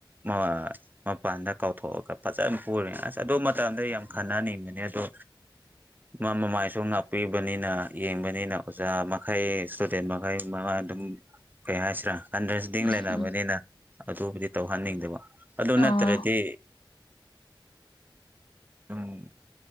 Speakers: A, on the right; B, on the left.
A: ꯃꯥ ꯃꯄꯥꯟꯗ ꯀꯧꯊꯣꯛꯑꯒ ꯐꯖꯅ ꯄꯨꯔꯦ ꯑꯁ ꯑꯗꯨ ꯃꯇꯝꯗ ꯌꯥꯝ ꯈꯟꯅꯅꯤꯡꯕꯅꯦ ꯑꯗꯣ ꯃꯥ ꯃꯃꯥꯏꯁꯨ ꯉꯥꯛꯄꯤꯕꯅꯤꯅ ꯌꯦꯡꯕꯅꯤꯅ ꯑꯣꯖꯥ ꯃꯈꯩ ꯏꯁꯇꯨꯗꯦꯟ ꯃꯈꯩ ꯃ ꯑꯗꯨꯝ ꯀꯩ ꯍꯥꯏꯁꯤꯔꯥ ꯑꯟꯗꯔꯁꯗꯤꯡ
B: ꯎꯝ
A: ꯂꯩꯅꯕꯅꯤꯅ
B: ꯎꯝ
A: ꯑꯗꯨꯕꯨꯗꯤ ꯇꯧꯍꯟꯅꯤꯡꯗꯕ ꯑꯗꯨ
B: ꯑꯣ
A: ꯅꯠꯇ꯭ꯔꯗꯤ ꯎꯝ